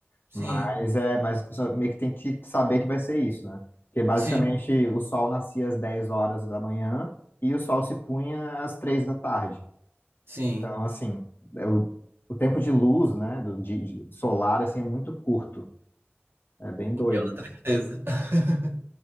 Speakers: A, on the right (about 65°); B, on the left (about 55°).
A: Sim,
B: Mas é, mas a pessoa meio que tem que saber que vai ser isso, né? Porque basicamente
A: sim,
B: o sol nascia às 10 horas da manhã e o sol se punha às 3 da tarde.
A: sim.
B: Então, assim, é o, o tempo de luz, né, do, de, de solar, assim, é muito curto. É bem doido
A: O que é uma
B: isso.
A: tristeza. <laughs>